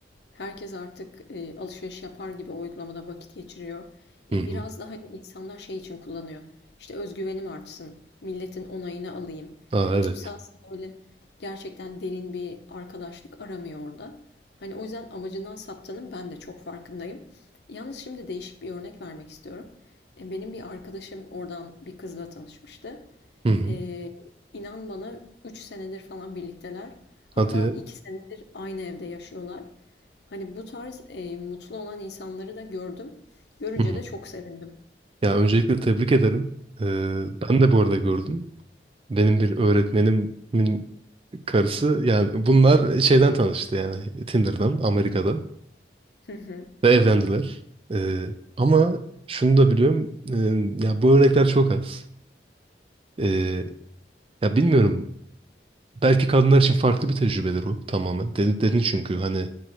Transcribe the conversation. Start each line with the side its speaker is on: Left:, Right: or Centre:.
Left: herkes artık e, alışveriş yapar gibi o uygulamada vakit geçiriyor. E,
Right: Hı hı.
Left: biraz da hani insanlar şey için kullanıyor. İşte özgüvenim artsın, milletin onayını alayım.
Right: Aa
Left: Hani
Right: evet.
Left: kimse aslında öyle gerçekten derin bir arkadaşlık aramıyor orada. Hani o yüzden amacından saptanın ben de çok farkındayım. Yalnız şimdi değişik bir örnek vermek istiyorum. E, benim bir arkadaşım oradan bir kızla tanışmıştı.
Right: Hı hı.
Left: Ee, inan bana 3 senedir falan birlikteler. Hatta
Right: Hadi ya.
Left: 2 senedir aynı evde yaşıyorlar. Hani bu tarz e, mutlu olan insanları da gördüm. Görünce
Right: Hı hı.
Left: de çok sevindim.
Right: Ya öncelikle tebrik ederim. Ee, ben de bu arada gördüm. Benim bir öğretmenimin karısı yani bunlar şeyden tanıştı yani Tinder'dan Amerika'da.
Left: Hı hı.
Right: ve evlendiler. Ee, ama şunu da biliyorum. e, ya bu örnekler çok az. Ee, ya bilmiyorum. Belki kadınlar için farklı bir tecrübedir o tamamen. Dedin, dedin çünkü hani